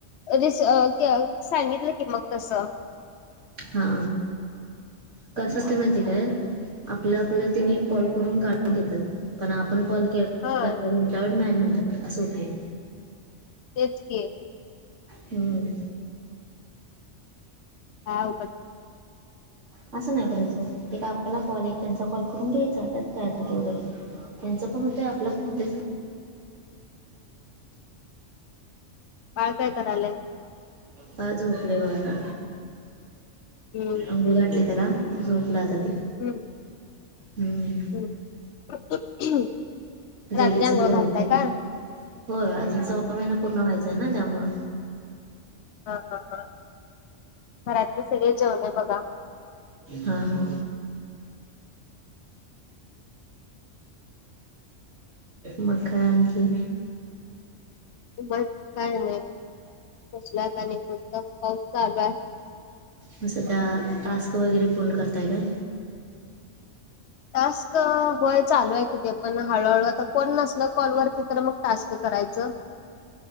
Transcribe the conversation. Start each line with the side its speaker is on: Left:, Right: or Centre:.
Left: रिसिव्ह अ अ सांगितलं की मग तसं?
Right: हा. कसं ते माहिती आहे काय आपलं आपलं तिने कॉल करून काढून घेतात पण आप- पण कॉल के
Left: हा
Right: करतो म्हटल्यावर नाही म्हणतात असं होतय.
Left: तेच की
Right: हम्म.
Left: काय अवघड.
Right: असं नाही करायचं एक आपला कॉल एक त्यांचा कॉल करून घ्यायचा त्यात काय आता तेवढं. त्यांचं पण होतय आपलं पण होत.
Left: बाळ काय करायलाय?
Right: का झोपले बघ आता
Left: हम्म
Right: अंघूळ घातली त्याला झोपलं आता ते
Left: ह.
Right: हम्म.
Left: हम्म. रात्री
Right: जेवलीच
Left: आंघोळ
Right: सगळी घरातली
Left: घालताय का?
Right: हो अजून सव्वा महिना पूर्ण व्हायचाय ना त्यामु
Left: हा हा हा घरातले सगळे जेवले बघा.
Right: हा हा. म काय आणखी
Left: काय नाही त्यात आणि पाऊस चालू आहे.
Right: म सध्या टास्क वगैरे पूर्ण करताय काय?
Left: टास्क होय चालू आहे ते पण हळूहळू आता कोण नसल कॉल वरती तर मग टास्क करायचं?